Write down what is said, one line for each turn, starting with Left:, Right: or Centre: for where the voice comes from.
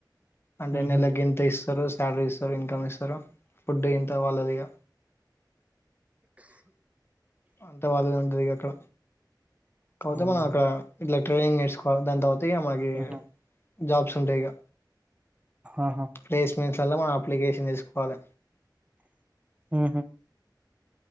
Left: అంటే
Right: ఉహు,
Left: నలగంత ఇస్తారు శాలరీ ఇస్తారు ఇన్కమ్ ఇస్తారు ఫుడ్ ఇంత వాళ్ళది ఇక అంతా బాధగా ఉంటంది అక్కడ కాకపోతే
Right: అవునా
Left: మనం అక్కడ ఇట్లా ట్రైనింగ్ నేర్చుకోవాలి దాని తర్వాత ఇక మనకి
Right: ఉహు,
Left: జాబ్స్ ఉంటాయి ఇక
Right: ఆహా
Left: ప్లేస్మెంట్స్లల్లో మనం అప్లికేషన్ తీసుకోవాలి
Right: ఉహు,